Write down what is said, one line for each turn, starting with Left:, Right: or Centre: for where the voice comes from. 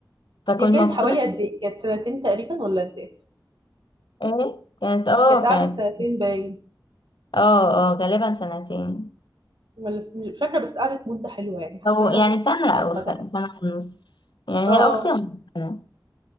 Left: فكنت
Right: هي كانت
Left: مبسوطة
Right: حوالي قد ايه كانت سنتين تقريبا ولا قد ايه
Left: ايه كانت اه
Right: كانت قعدت
Left: كانت
Right: سنتين باين
Left: اه اه غالبا سنتين
Right: ولا س- مش فاكرة بس قعدت مدة حلوة يعني حاسة
Left: او
Right: ان
Left: يعني
Right: انا كنت
Left: سنة
Right: فاكرة
Left: او س-
Right: ده
Left: سنة ونص يعني
Right: اه
Left: هي اكتر من سنة